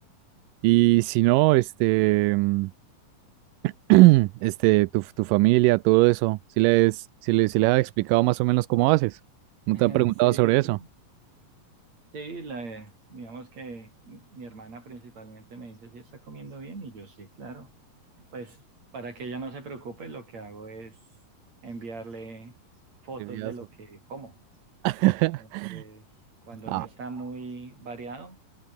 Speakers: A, on the right; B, on the right.
A: Y si no, este, mm, <clears throat> este, tu, tu familia, todo eso, si les, si les, si les has explicado más o menos cómo haces, no
B: <laughs>
A: te han preguntado
B: Sí,
A: sobre eso.
B: sí. Sí, la- digamos que mi hermana principalmente me dice si está comiendo bien y yo sí, claro. Pues para que ella no se preocupe, lo que hago es enviarle fotos
A: Liviazo.
B: de lo que como.
A: <laughs>
B: Entonces, cuando
A: Ah,
B: no está muy variado,